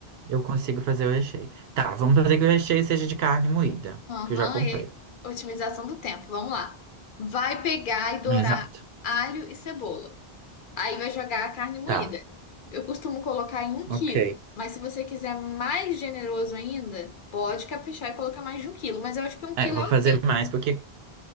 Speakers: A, on the right (about 75°); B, on the left (about 60°).
A: Eu consigo fazer o recheio. Tá, vamos fazer que o recheio seja de carne moída,
B: Aham,
A: que eu já comprei.
B: e otimização do tempo. Vamos lá. Vai pegar e dourar
A: Exato.
B: alho e cebola. Aí vai jogar a carne moída.
A: Tá,
B: Eu costumo colocar em um quilo,
A: ok.
B: mas se você quiser mais generoso ainda, pode caprichar e colocar mais de um quilo. Mas eu acho que um quilo
A: É, vou
B: é ok.
A: fazer mais, porque.